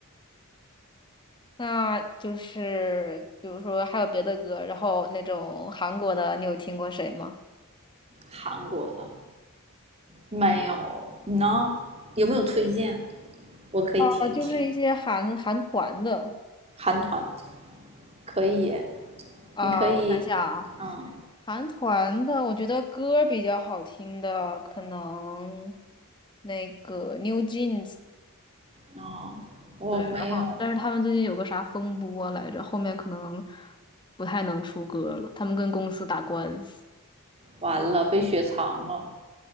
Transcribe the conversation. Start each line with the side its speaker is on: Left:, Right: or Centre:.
Left: 那就是比如说还有别的歌，然后那种韩国的，你有听过谁吗？
Right: 韩国的没有，你呢？有没有推荐？我可以听一听。
Left: 啊，就是一些韩韩团的
Right: 韩团可以耶
Left: 啊，
Right: 你可以，
Left: 我想想啊，
Right: 嗯，
Left: 韩团的，我觉得歌比较好听的，可能那个 New Jeans，
Right: 哦，我没有，
Left: 对，然后但是他们最近有个啥风波来着，后面可能不太能出歌了，他们跟公司打官司。
Right: 完了被雪藏了，